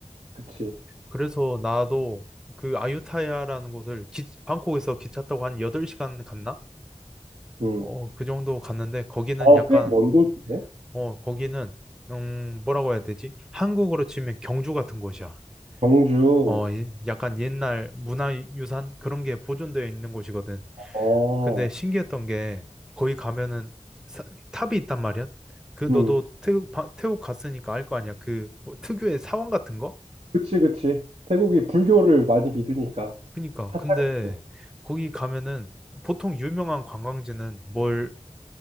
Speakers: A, on the right; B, in the centre.
A: 그치.
B: 그래서 나도 그 아유타야라는 곳을 기, 방콕에서 기차 타고 한 8시간 갔나?
A: 음.
B: 어, 그 정도 갔는데 거기는
A: 어,
B: 약간
A: 꽤 먼 곳이네.
B: 어, 거기는 음, 뭐라고 해야 되지? 한국으로 치면 경주 같은 곳이야.
A: 경주.
B: 어, 예- 약간 옛날 문화유산 그런 게 보존되어 있는 곳이거든.
A: 어,
B: 근데 신기했던 게 거기 가면은 사- 탑이 있단 말이야. 그 너도
A: 음.
B: 태국, 바- 태국 갔으니까 알 거 아니야. 그뭐 특유의 사원 같은 거?
A: 그치, 그치. 태국이 불교를 많이 믿으니까.
B: 그니까
A: 사찰이고.
B: 근데 거기 가면은 보통 유명한 관광지는 뭘